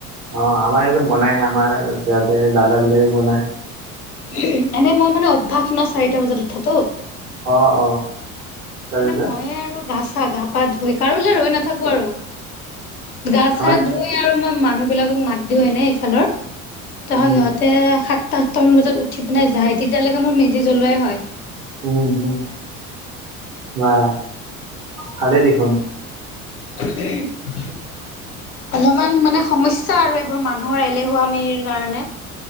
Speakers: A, on the right; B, on the left.
A: অঁ আমাৰ ইয়াতে বনায়, আমাৰ সিহতে দাদা বিলাকে বনায়।
B: <unintelligible> এনেই মই মানে অভ্যাস ন' চাৰিটা বজাত উঠাতটো।
A: অ' অ'। তাৰপিছত
B: এনে মইয়ে আৰু গা চা, গা পা ধুই কাৰোলে ৰৈ নাথাকো আৰু গা
A: হয়
B: চা ধুই আৰু মই মানুহ বিলাকক মাত দিওঁ এনে এইফালৰ তহ
A: উম
B: সিহঁত তে সাতটা আঠটা মান বজাত উঠি পিনে যাই, তেতিয়ালেকে মোৰ মেজি জ্বলোৱাই হয়।
A: উম উম বা ভালেই দেখোন।
B: <unintelligible> অলমান মানে সমস্যা আৰু এইবোৰ মানুহৰ এলেহুৱমিৰ কাৰণে।